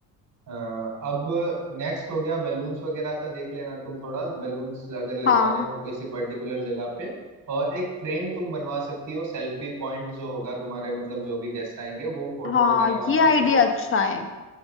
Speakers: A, on the right; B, on the left.
A: हाँ, अब नेक्स्ट हो गया बैलून्स वगैरह का देख लेना तुम थोड़ा बैलून्स अगर लगवाने
B: हाँ
A: हो किसी पर्टिकुलर जगह पे और एक फ्रेम तुम बनवा सकती हो सेल्फी पॉइंट जो होगा तुम्हारे मतलब जो भी गेस्ट आएंगे वो फोटो
B: हाँ
A: वगैरह वहां
B: ये
A: पे
B: आइडिया
A: खिंचवा
B: अच्छा
A: सकता है
B: है